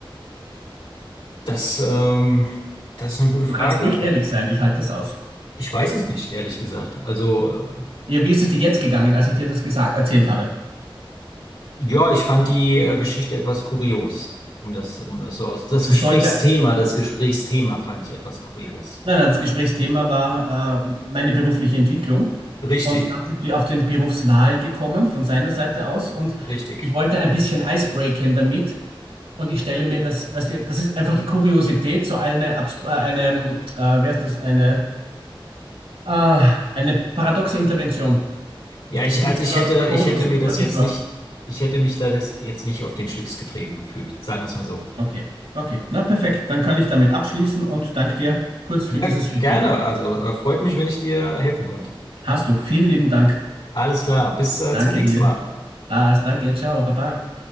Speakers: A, on the left; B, on the right.
A: Das, ähm, das ist eine gute Frage.
B: Du kannst ruhig ehrlich sein, ich halte das aus.
A: Ich weiß es nicht, ehrlich gesagt. Also, äh,
B: Ja, wie ist es dir jetzt gegangen, als ich dir das gesagt, erzählt habe?
A: ja, ich fand die äh, Geschichte etwas kurios. Um das, um das so aus, das
B: Das
A: Gesprächsthema,
B: sollte, nein,
A: das Gesprächsthema fand ich etwas kurios.
B: nein, das Gesprächsthema war äh, meine berufliche Entwicklung
A: Richtig,
B: und dann sind wir auf den Berufswahl gekommen von seiner Seite aus und
A: richtig.
B: ich wollte ein bisschen Eis breaken damit Und ich stelle mir das, weißt du, das ist einfach die Kuriosität, so eine, abstru- äh, eine äh, wer ist das, eine, äh, eine paradoxe Intervention.
A: Ja, ich,
B: Ich bin
A: also
B: selber
A: ich hätte,
B: Coach
A: ich hätte
B: und
A: mir
B: Supervisor.
A: das jetzt nicht, ich hätte mich da das jetzt nicht auf den Schlips getreten gefühlt, sagen wir es mal so.
B: Okay, okay, na perfekt. Dann kann ich damit abschließen und danke dir kurz für
A: Ja,
B: dieses Feedback.
A: gerne. Also äh, freut mich, wenn ich dir helfen konnte.
B: Hast du. Vielen lieben Dank.
A: Alles klar, bis äh,
B: Danke
A: zum nächsten
B: dir.
A: Mal.
B: Lars, danke. Ciao, Baba.